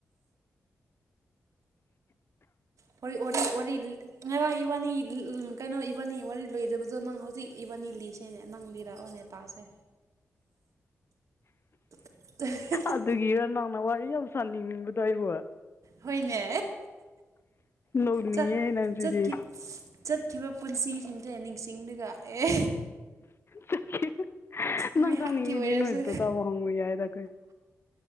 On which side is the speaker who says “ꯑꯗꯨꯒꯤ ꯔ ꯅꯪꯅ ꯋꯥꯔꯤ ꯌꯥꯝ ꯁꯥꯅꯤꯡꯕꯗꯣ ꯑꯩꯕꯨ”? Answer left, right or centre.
Left